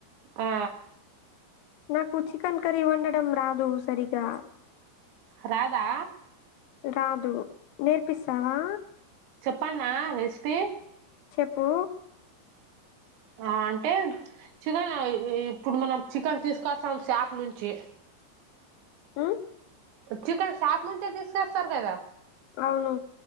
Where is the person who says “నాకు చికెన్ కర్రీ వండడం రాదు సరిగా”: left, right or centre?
Left